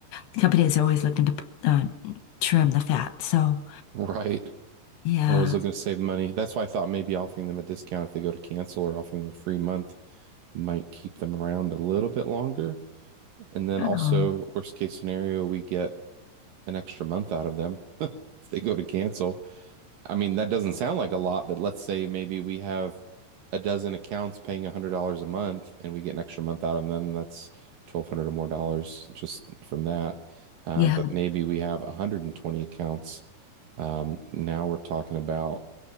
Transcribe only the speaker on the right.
Right.
They're always looking to save money. That's why I thought maybe offering them a discount if they go to cancel or offering them a free month might keep them around a little bit longer. And then
also, worst case scenario, we get an extra month out of them <laughs> if they go to cancel. I mean, that doesn't sound like a lot, but let's say maybe we have a dozen accounts paying $100 a month and we get an extra month out of them. That's 1200 or more dollars just from that. Um,
but maybe we have 120 accounts. Um, now we're talking about,